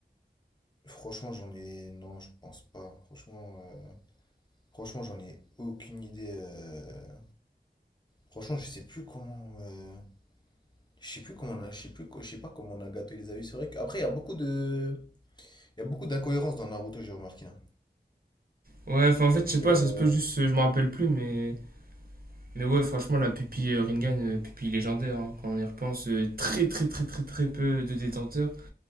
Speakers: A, on the left; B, on the right.
A: Franchement, j'en ai... Non, je pense pas. Franchement, euh, franchement, j'en ai aucune idée. euh. Franchement, je sais plus comment... euh, Je sais plus comment on a... je sais plus co- je sais pas comment Nagato les a eu C'est vrai qu'après, il y a beaucoup de... Il y a beaucoup d'incohérences dans Naruto, j'ai remarqué. hein.
B: Ouais, enfin en fait, je sais pas,
A: euh,
B: ça se peut juste, euh, je me rappelle plus, mais, mais ouais, franchement, la pupille euh, Rinnegan, euh, pupille légendaire, hein, quand on y repense, euh, très très très très très peu de détenteurs.